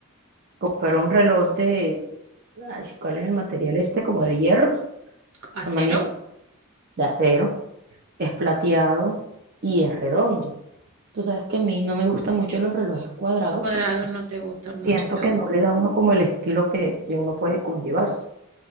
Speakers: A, on the right; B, on the right.
A: fuera un reloj de, ay, ¿cuál es el material este? Como de hierro,
B: acero
A: la manilla de acero, es plateado y es redondo. Tú sabes que a mí no me gustan mucho los relojes cuadrados
B: cuadrado
A: porque pues
B: no te gusta mucho,
A: siento
B: yo
A: que
B: sé.
A: no le da a uno como el estilo que, que uno puede conllevarse.